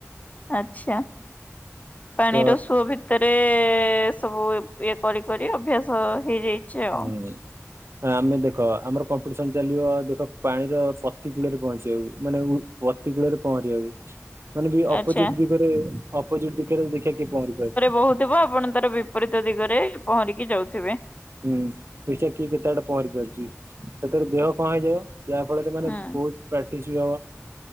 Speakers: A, on the left; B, on the right.
A: ଆଚ୍ଛା ପାଣି
B: ତ
A: ର ସୁଅ ଭିତରେ ସବୁ ଇଏ କରି କରି ଅଭ୍ୟାସ ହେଇଯାଇଛି ଆଉ।
B: ହୁଁ। ଆମେ ଦେଖ ଆମର କମ୍ପିଟିସନ ଚାଲିବ ଯୋଉଟା ପାଣିର ପତି କୂଳରେ ପହଞ୍ଚିବାକୁ। ମାନେ ଉଁ ପତିକୂଳରେ ପହଁରି ବାକୁ। ମାନେ ବି ଅପୋଜିଟ
A: ଆଚ୍ଛା।
B: ଦିଗରେ ଅପୋଜିଟ ଦିଗରେ ଦେଖିବା କି ପହଁରି ପାରୁଛି?
A: କହୁଥିବ ଆପଣ ତାର ବିପରୀତ ଦିଗରେ ପହଁରିକି ଯାଉଥିବେ।
B: ହୁଁ, ଦେଖିବା କିଏ କେତେ ବାଟ ପହଁରି ପାରୁଛି? ସେଥିର ଦେହ କଣ ହେଇଯିବ। ଯାହା ଫଳରେ ମାନେ
A: ହୁଁ
B: ବହୁତ ପ୍ରାକ୍ଟିସ୍ ବି ହବ